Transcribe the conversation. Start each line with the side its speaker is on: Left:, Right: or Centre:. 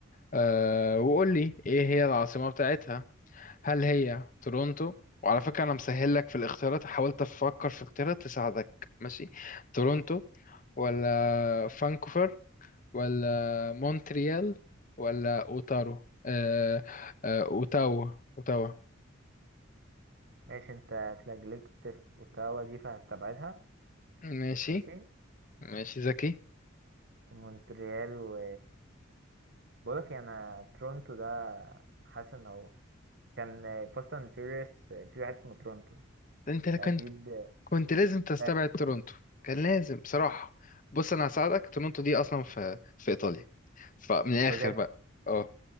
Left: أه وقول لي ايه هي العاصمة بتاعتها هل هي تورونتو وعلى فكرة انا مسهل لك في الاختيارات حاولت افكر في اختيارات تساعدك ماشي تورونتو ولا فانكوفر ولا مونتريال ولا اوتارو أه أه اوتاوا اوتاوا
Right: ماشي أنت اتلجلجت في أوتاوا دي فهستبعدها
Left: ماشي
Right: ماشي
Left: ماشي ذكي
Right: ومونتريال و بقولك يعني انا تورونتو ده حاسس ان هو كان فاست اند فيوريوس في واحد اسمه تورونتو
Left: انت كنت
Right: فاكيد
Left: كنت لازم تستبعد
Right: آه،
Left: تورونتو كان لازم بصراحة بص انا هساعدك تورونتو دي اصلا في في ايطاليا فمن الاخر
Right: بجد
Left: بقى اه